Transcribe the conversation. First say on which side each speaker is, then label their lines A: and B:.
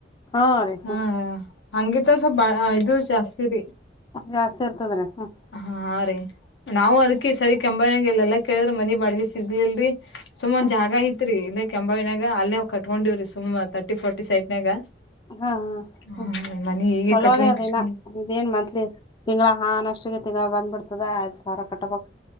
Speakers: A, on the left; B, on the left.
A: ಹಾ ರೀ
B: ಹ್ಮ್ ಹಂಗಿತ ಸ್ವಲ್ಪ ಬಾ ಇದು ಜಾಸ್ತಿ ರರಿ
A: ಜಾಸ್ತಿ ಇರ್ತದ್ರಿ ಹ್ಮ್
B: ಹಾ ರರಿ ನಾವು ಅದಕ್ಕೆ ಸರಿ ಕೆಂಬನಾಗ ಎಲ್ಲ ಎಲ್ಲಾ ಕೇಳಿದ್ರೆ ಮನಿ ಬಾಗ ಸಿಗ್ಲಿಲ್ರರಿ ಸುಮಾನ್
A: ಹ್ಮ್
B: ಜಾಗ ಐತ್ರಿ ಇ ಕೆಂಬವಿನಾಗ ಅಲ್ಲೇ ಕಟ್ಕೊಂಡಿವವ್ರಿ ಸುಮ್ಮ್ ತರ್ಟಿ ಫಾರರ್ಟಿ ಸೈಟ್ನಾಗ
A: ಹಾ ಹಾ
B: ಹ
A: ಹ್ಮ
B: ಮನಿ ಹೀಗೆ
A: ಚಲೋ್ರೆ
B: ಕಟ್ಕೊಂಡ್
A: ಅದನ
B: ಕಿಶನ್
A: ಇದೇನ್ ಮತ್ಲಿ ತಿಂಗಳ ಹಾನ್ ಅಷ್ಟಿಗೆ ತಿಂಗಳ ಬಂದ್ಬಿಡ್ತದೆ ಆಯ್ ಸಾವಿರ ಕಟ್ಟಬು